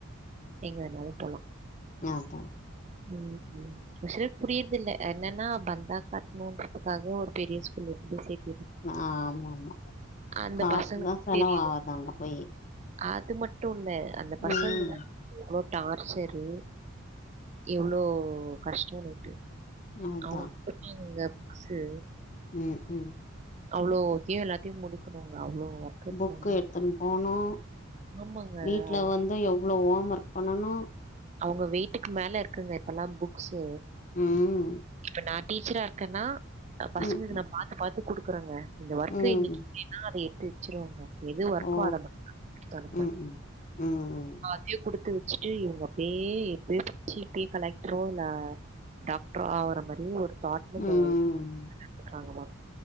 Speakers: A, on the right (about 35°); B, on the left (about 35°).
A: எங்க வேணாலு போலா
B: நான்தா
A: ஓகே உஷரு புரியறது இல்ல என்னன்னா பந்தா காட்டணுன்றதுக்காக ஒரு பெரிய ஸ்கூல்ல இருந்து சேத்
B: ஆ ஆமா ஆமா
A: அந்த
B: காசு
A: பசங்களுக்கு
B: தா செலவு
A: தெரியும்.
B: ஆவுது அங்க போயி
A: அது மட்டுல்ல அந்த பசங்கதா
B: ம்
A: எவ்ளோ டார்ச்சரு எவ்ளோ கஷ்டோனுட்டு
B: அதா
A: அவுங்காங்க குடுப்பாங்கங்க புக்ஸு
B: ம் ம்
A: அவ்ளோத்தையு எல்லாத்தையு முடிக்கணுங்க அவ்ளோ ஒர்க் இருக்குங்க.
B: புக் எடுத்துன்னு போனோ
A: ஆமாங்க
B: வீட்ல
A: அவங்க
B: வந்து எவ்ளோ ஓம் ஒர்க் பண்ணனு
A: அவங்க வெய்ட்டுக்கு மேல இருக்குங்க இப்பெல்லா புக் ஸு
B: ம்
A: இப்ப நா டீச்சரா இருக்கேன்னா அ பசங்களுக்
B: ம்
A: நா பாத்து பாத் க்கு குடுக்குறாங்க இந்த ஒர்க்கு
B: ம்
A: இன்னைக்கு இல்லைன்னா அத எத்து வச்சிருவாங்க எது ஒர்க்கோ
B: ஓ
A: அத தருப்ப
B: ம் ம் ம்
A: த்திய குடுத்து வச்சுட்டு இவங்க அப்டியே இப்பயே படிச்சி இப்பயே கலெக்டரே இல்ல டாக்டர் அவுற மாரியே ஒரு தாட்ல இந்த
B: ம்
A: க்கறாங்கமா